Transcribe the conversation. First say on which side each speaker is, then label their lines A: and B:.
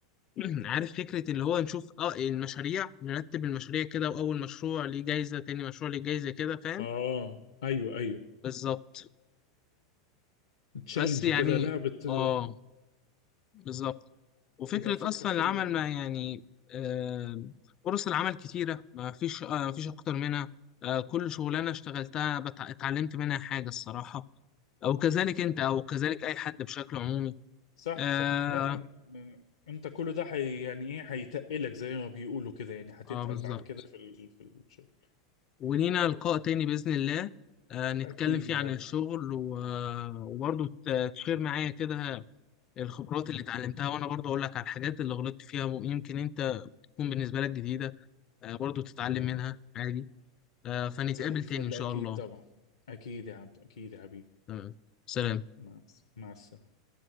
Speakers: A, on the left; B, on the left.
A: <clears throat> عارف فكرة اللي هو نشوف اه المشاريع نرتب المشاريع كده واول مشروع ليه جايزة تاني مشروع ليه جايزة كده فاهم
B: اه ايوه ايوه
A: بالظبط
B: تشالنج
A: بس يعني
B: كده لا بت
A: اه بالظبط وفكرة
B: لا فكرة
A: أصلا
B: حلوة
A: العمل ما يعني آه، فرص العمل كتيرة ما فيش آه، ما فيش أكتر منها آه، كل شغلانة اشتغلتها بت- اتعلمت منها حاجة الصراحة أو كذلك أنت أو كذلك أي حد بشكل عمومي
B: صح
A: آه
B: صح لا أن- انت كل ده حي يعني ايه هيتقلك زي ما بيقولوا كده يعني هتتقل
A: آه بالظبط
B: بعد كده في ال... في الشغل
A: ولينا لقاء تاني بإذن الله آه نتكلم
B: اكيد
A: فيه
B: يا
A: عن
B: عبد
A: الشغل و- وبرضه ت- تشير معايا كده الخبرات اللي اتعلمتها وأنا برضه أقول لك على الحاجات اللي غلطت فيها ويمكن أنت تكون بالنسبة لك جديدة آه برضه تتعلم منها عادي آه، فنتقابل
B: زي الفل
A: تاني إن شاء
B: اكيد
A: الله
B: طبعا اكيد يا عبد اكيد يا حبيبي
A: تمام سلام
B: مع مع السلامة